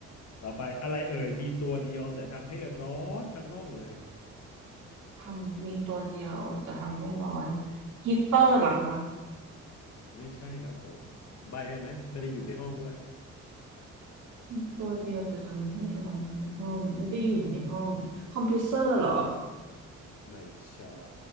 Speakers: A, on the left; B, on the right.
A: ต่อไปอะไรเอ่ยมีตัวเดียวแต่ทำให้ร้อนทั้งห้องเลย
B: <laughs> ทำมีตัวเดียวแต่ทำให้ร้อนฮีตเตอร์เหรอคะ
A: ไม่ใช่ครับผมใบให้ไหมไม่ได้อยู่ในห้องด้วย
B: มีตัวเดียวแต่ทำให้ร้อนทั้งห้องไม่ได้อยู่ในห้องคอมเพรสเซอร์เหรอ
A: อืมไม่ใช่